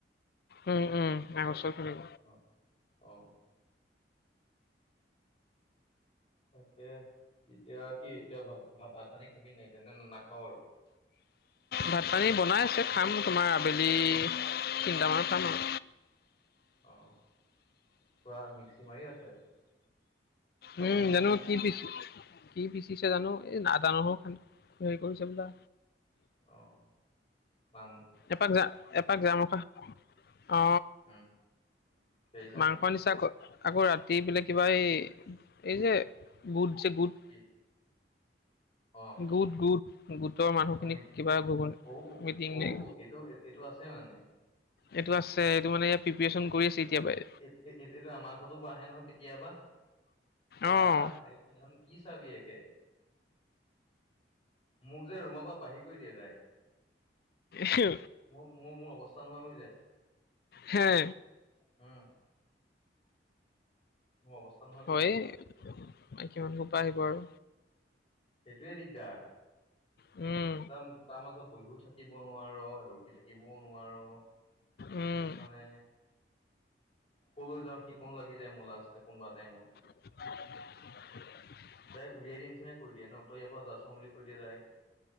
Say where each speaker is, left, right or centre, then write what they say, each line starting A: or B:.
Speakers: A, on the left (about 55°); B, on the left (about 30°).
A: উম উম আগষ্টত খুলিব।
B: অ অ তাকে এতিয়া কি এতিয়া ভা ভাত পানী খাবি নাই না নাখাও আৰু।
A: ভাত পানী বনাই আছে খাম তোমাৰ আবেলি তিনটামানত খাম আৰু।
B: অ পুৰা মিক্সি মাৰি আছে চাটনি
A: উম
B: বনাই
A: জানো
B: আছে
A: কি
B: নেকি?
A: পিছ কি পিচিছে জানো এই আদা নহৰু হেৰি কৰিছে হবলা।
B: অ পাম
A: এপাক যা এপাক যাম আক অ
B: উম, সেইকাৰণে
A: মাংস আনিছে আক আকৌ ৰাতি এইফালে কিবা এই এই যে গোট যে গোট
B: এ অ
A: গোট গোট গোটৰ মানুহখিনিক
B: অ', মিতি
A: কিবা ঘৰ
B: অ',
A: মিটিং
B: অ',
A: নে
B: এইটো এইটো আছে মানে?
A: এইটো আছে এইটো মানে প্ৰিপেৰেচন
B: এইটো
A: কৰি আছে
B: এইটো
A: এতিয়াৰ পৰাই
B: এইটো আমাৰ ঘৰতো আহে নহয় কেতিয়াবা বা
A: অঁ
B: একদম কি চাবি একে মোক যে ৰুমৰ পৰা বাহিৰ কৰি দিয়ে ডাইৰেক্ট
A: হে
B: মোৰ মোৰ মোৰ অৱস্থা নোহোৱা হৈ যায়
A: হে
B: উম মোৰ অৱস্থা নোহোৱা হয়
A: হয় মাইকীমানুহ সোপা আহিব আৰু
B: সেইটোৱে দিগদাৰ।
A: উম
B: তাম তাৰ মাজত বহিও থাকে বহি থাকিব নোৱাৰ ৰখি থাকিবও নোৱাৰ
A: উম
B: মানে ক'লৈ যাওঁ কি কৰো লাগি যায় মোৰ লাষ্ট কোনোবা টাইমত
A: <inaudible>
B: ডাইৰেক্ট উলাই দিয়া নিচিনা কৈ দিয়ে নে তই ইয়াৰ পৰা যা চোন বুলি কৈ দিয়ে ডাইৰেক্ট